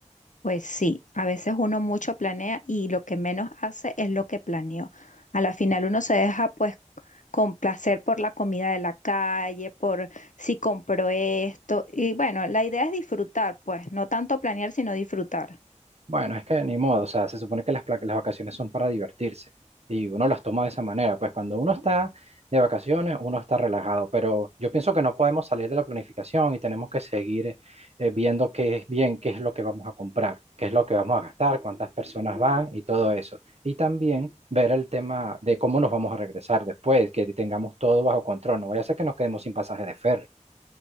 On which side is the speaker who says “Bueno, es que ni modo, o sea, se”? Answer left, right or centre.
Right